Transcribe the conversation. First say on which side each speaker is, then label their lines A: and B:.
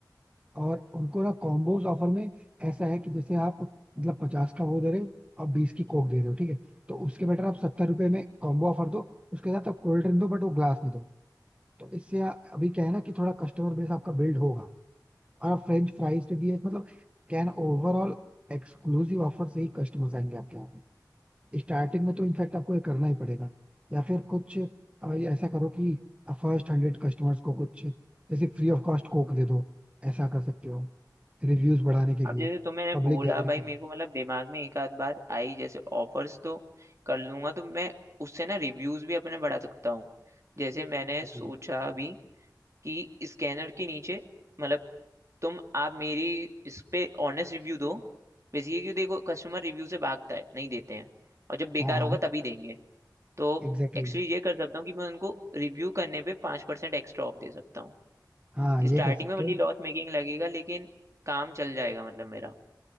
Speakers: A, on the right (about 15°); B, on the right (about 45°).
A: और उनको ना कॉम्बोज ऑफर में ऐसा है कि जैसे आप मतलब पचास का वो दे रहे हो और बीस की कोक दे रहे हो ठीक है तो उसके बेटर आप सत्तर रुपए में कॉम्बो ऑफर दो उसके साथ आप कोल्ड ड्रिंक दो बट वो ग्लास में दो तो इससे आ- अभी क्या है ना कि थोड़ा कस्टमर बेस आपका बिल्ड होगा और आप फ्रेंच फ्राइज पे भी है मतलब कैन ओवरऑल एक्सक्लूसिव ऑफर से ही कस्टमर्स आएंगे आपके यहाँ स्टार्टिंग में तो इनफैक्ट आपको ये करना ही पड़ेगा या फिर कुछ अ, ये ऐसा करो कि फर्स्ट हंड्रेड कस्टमर्स को कुछ जैसे फ्री ऑफ कॉस्ट कोक दे दो ऐसा कर सकते हो रिव्यूज बढ़ाने के
B: अब
A: लिए
B: जैसे तुमने
A: पब्लिक
B: बोला
A: गैदरिंग
B: भाई
A: के
B: मेरे
A: लिए
B: को मतलब दिमाग में एक आध बात आई जैसे ऑफर्स तो कर लूंगा तो मैं उससे ना रिव्यूज भी अपने बढ़ा सकता हूँ जैसे मैंने
A: एग्जैक्टली
B: सोचा अभी कि स्कैनर के नीचे मतलब तुम आप मेरी इस पे ऑनेस्ट रिव्यू दो बेसिकली कि देखो कस्टमर रिव्यू से भागता है नहीं देते हैं और जब बेकार
A: हाँ
B: होगा
A: हाँ
B: तभी देंगे तो
A: एग्जैक्टली
B: एक्चुअली
A: exactly.
B: ये कर सकता हूँ कि मैं उनको रिव्यू करने पे पाँच परसेंट एक्स्ट्रा ऑफ दे सकता हूँ
A: हाँ ये
B: स्टार्टिंग
A: कर सकते
B: में भले
A: हो
B: लॉस मेकिंग लगेगा लेकिन काम चल जाएगा मतलब मेरा